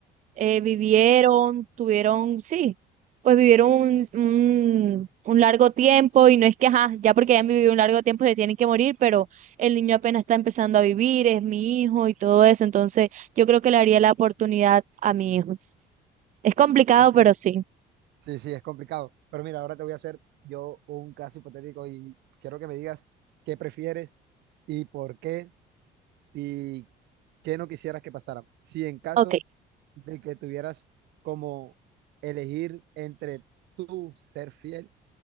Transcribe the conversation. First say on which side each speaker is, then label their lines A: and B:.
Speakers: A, on the right (about 50°); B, on the right (about 80°).
A: eh, vivieron, tuvieron, sí, pues vivieron un, un, un largo tiempo y no es que, ajá, ya porque hayan vivido un largo tiempo se tienen que morir, pero el niño apenas está empezando a vivir, es mi hijo y todo eso, entonces yo creo que le haría la oportunidad a mi hijo. Es complicado,
B: ¿Ok?
A: pero sí.
B: Sí, sí, es complicado. Pero mira, ahora te voy a hacer yo un caso hipotético y quiero que me digas qué prefieres y por qué y qué no quisieras que pasara. Si en caso
A: Ok,
B: de que tuvieras como elegir entre tú ser fiel,